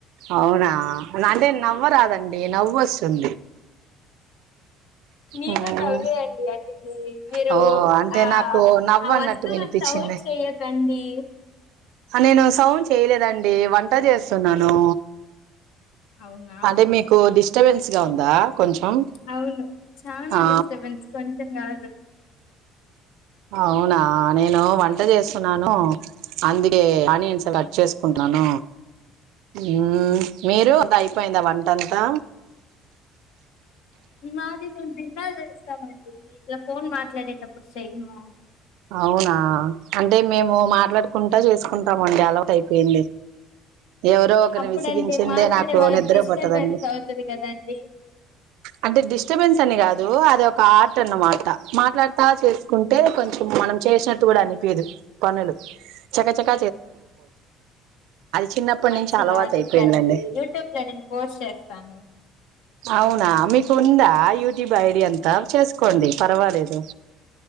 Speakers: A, on the right; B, on the left.
A: అవునా అంటే నవ్వరాదండి నవ్వు వస్తుంది
B: నేను
A: ఉమ్
B: నవ్వేఅండి అనింది మీరు
A: ఓ అంటే
B: ఆ
A: నాకు నవ్వు
B: ఆ
A: అన్నట్టు
B: వస్తువు
A: వినిపించింది
B: సౌండ్ చెయ్యకండి
A: నేను సౌండ్ చేయలేదండి వంట చేస్తున్నాను
B: అవునా
A: అదే మీకు ది డిస్టర్బేన్స్ ఉందా కొంచెం
B: అవును చానా
A: ఆ
B: డిస్టర్బెన్స్ కొంచెం గాదు
A: అవునా నేను వంట చేస్తున్నాను అందుకే ఆనియన్స్ కట్ చేసుకుంటున్నాను హమ్ మీరు అయిపోయిందా వంటంతా
B: మాది మేము భిన్న చేస్తామండి ఇట్లా ఫోన్ మాట్లాడేటప్పుడు చెయ్యము
A: అవునా అంటే మేము మాట్లాడుకుంటా చేసుకుంటామండి అలవాటు అయిపోయింది ఎవరో ఒకరిని
B: అప్పుడంటే
A: విసిగించిందే
B: మాట్లాడే
A: నాకు
B: వాళ్ళకి
A: నిద్ర
B: డిస్టర్బెన్స్
A: పట్టదండి
B: అవుతది కదండి
A: అంటే డిస్టర్బెన్స్ అని కాదు అది ఒక ఆర్ట్ అన్నమాట మాట్లాడతా చేసుకుంటే కొంచం మనం చేసినట్టు కూడా అనిపీదు పనులు చక చక చిన్నప్పటి
B: మంచి
A: నుంచి అలవాటు
B: లాజిక్
A: అయిపోయిందండి
B: అండి యూట్యూబ్ లో నేను పోస్ట్ చేస్తాను
A: అవునా మీకు ఉందా యూట్యూబ్ ఐడి అంతా చేసుకోండి పర్వాలేదు